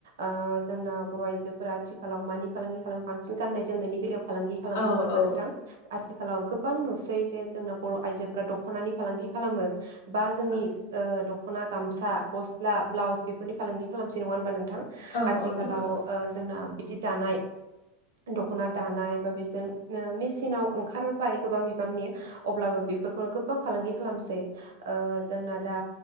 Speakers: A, on the right; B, on the left.
A: ओ जोंना बर' आइजोफोरा आथिखालाव मानि फालांगि खालामो बांसिन गाननाय जोमनायनि बेलायाव फालांगि खालामो
B: औ
A: नङा होनबा
B: औ
A: नोंथां आथिखालाव गोबां नु सै जे जोंना बर' आइजोफोरा दखनानि फालांगि खालामो। बा जोंनि
B: औ
A: ओ दख खना, गामसा, गस्ला, ब्लाउस बेफोरनि फालांगि खालामसै नङा होनबा नों थां?
B: औ
A: आथिखालाव
B: औ नंगौ नों
A: ओ जोंना बिदि दानाय दखना दानाय बा बेजों मेसिनाव ओंखारबाय गोबां बिबांनि अब्लाबो बेफोरखौनो गोबां फालांगि खालामसै ओ जोंना दा